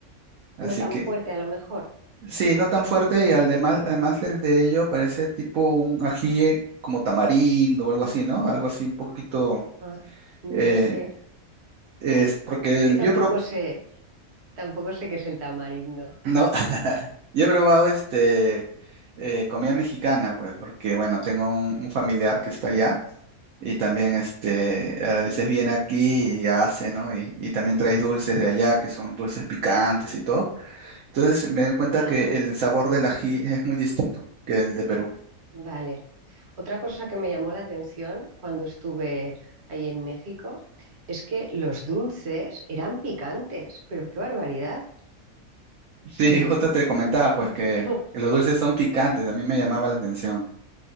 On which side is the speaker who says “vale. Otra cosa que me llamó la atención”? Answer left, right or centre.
Right